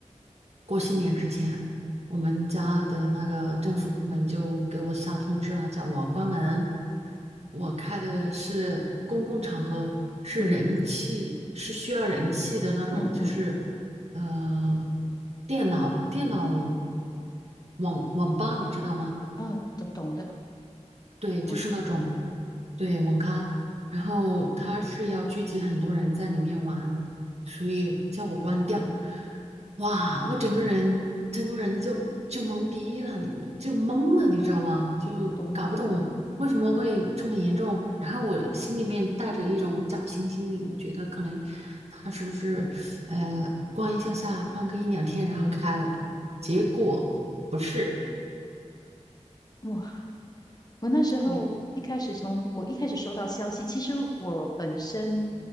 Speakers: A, on the right; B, on the left.
A: 过新年之前，我们家的那个政府部门就给我下通知了，叫我关门。我开的是公共场合，是人气，
B: 嗯
A: 是需要人气的那种，
B: 嗯嗯，
A: 就是呃，电脑电脑网网吧，你知道吗？
B: 啊，懂懂的，
A: 对，就是那种，
B: 网咖懂。
A: 对，网咖，然后他是要聚集很多人在里面玩，所以叫我关掉。哇，我整个人整个人就就懵逼了，你就懵了，你知道吗？就搞不懂为什么会这么严重。
B: 懂
A: 然后我心里面带着一种侥幸心理，我觉得可能他是不是呃关一下下，关个一两天，然后开了，结果不是，
B: 哇！我那时候一开始从我一开始收到消息，
A: 对，
B: 其实我本身